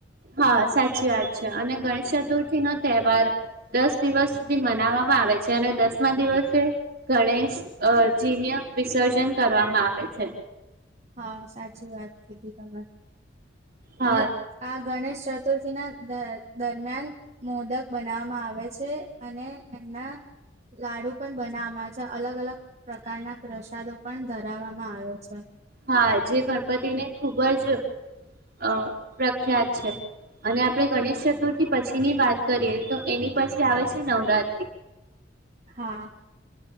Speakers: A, on the right; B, on the right.
A: હા સાચી વાત છે અને ગણેશ ચતુર્થી નો તહેવાર દસ દિવસ સુધી મનાવવામાં આવે છે અને દસમા દિવસે ગણેશજીને વિસર્જન કરવામાં આવે છે.
B: હા સાચી વાત કીધી તમે.
A: હા
B: અને આ. ગણેશ ચતુર્થી ના દ દરમિયાન મોદક બનાવામાં આવે છે અને એમના લાડુ પણ બનાવામાં છે અલગ અલગ પ્રકારના પ્રસાદો પણ ધરાવવામાં આવે છે.
A: હા જે ગણપતિને ખુબ જ અ પ્રખ્યાત છે અને આપણે ગણેશ ચતુર્થી પછી ની વાત કરીએ તો એની પછી આવે છે નવરાત્ર.
B: હા.